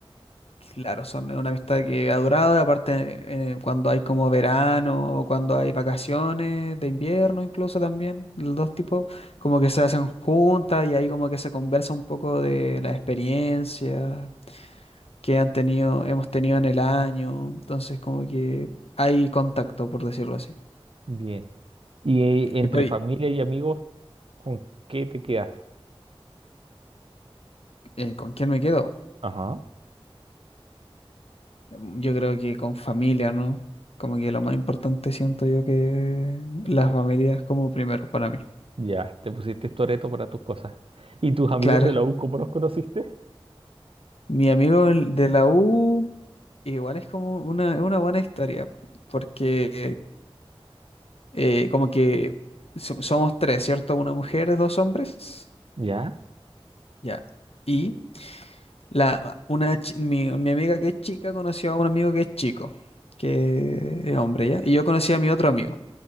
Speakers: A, on the left; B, on the right.
A: Claro, son una amistad que ha durado, y aparte eh, cuando hay como verano o cuando hay vacaciones de invierno incluso también, los dos tipos, como que se hacen juntas y ahí como que se conversa un poco de la experiencia que han tenido, hemos tenido en el año, entonces como que hay contacto, por decirlo así.
B: Bien. Y eh, entre
A: ¿Y por ahí,
B: familia y amigos, ¿con qué te quedas?
A: eh, con quién me quedo?
B: Ajá,
A: Mm, Yo creo que con familia, ¿no? Como que lo más importante siento yo que las familias como primero para mí.
B: ya, te pusiste Toreto para tus cosas. ¿Y tus amigos
A: Claro,
B: de la U, cómo los conociste?
A: mi amigo el- de la U igual es como una, es una buena historia, porque eh, como que so- somos tres, ¿cierto? Una mujer, dos hombres,
B: Ya,
A: ya. Y la, una, chi- mi, mi amiga que es chica conoció a un amigo que es chico, que es hombre, ¿ya? Y yo conocí a mi otro amigo.